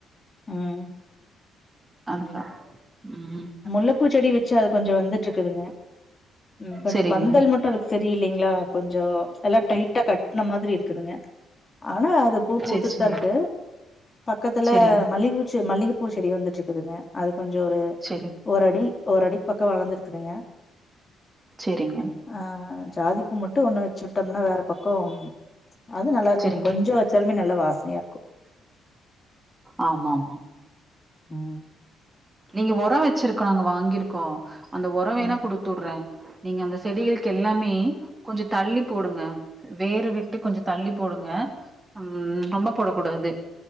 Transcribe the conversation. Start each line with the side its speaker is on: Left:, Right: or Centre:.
Left: ம்
Right: அதல்லா ம்
Left: முல்லப்பூச்செடி வெச்சா அது கொஞ்சோ வந்துட்ருக்குதுங்க ம் கொஞ்சோ
Right: செரிங்க
Left: பந்தல் மட்டு அதுக்கு செரியில்லிங்களா கொஞ்சோ எல்லா டைட்டா கட்ன மாதிரி இருக்குதுங்க ஆனா அது பூ பூத்துட்
Right: செரி செரி
Left: தா இருக்கு பக்கத்துல
Right: செரிங்
Left: மல்லி பூச்சு மல்லிகப் பூசெடி வந்துட்ருக்குதுங்கா அது கொஞ்சோ ஒரு
Right: செரி
Left: ஓர் அடி ஓர் அடிக்கு பக்கே வளந்துருக்குதுங்கா
Right: செரிங்க
Left: ஆ ஜாதிப்பூ மட்டு ஒன்னு வெச்சூட்டம்ன்னா வேற பக்கோ அதூ நல்லா இருக்குங்க
Right: செரிங்
Left: கொஞ்சோ வெச் தலுமே நல்லா வாசனையா இருக்கு
Right: ஆமாம்மா
Left: ம்
Right: நீங்க ஒரோ வெச்சிருக்காங்க வாங்கிருக்கோ அந்த ஒரோ வேணா
Left: ம்
Right: குடுத்தூடற நீங்க அந்த செடிகலுக் எல்லாமே கொஞ்சோ தள்ளி போடுங்கா வேறு விட்டு கொஞ்சோ தள்ளி போடுங்க ம் ரெம்பா பேடக்ககூடாது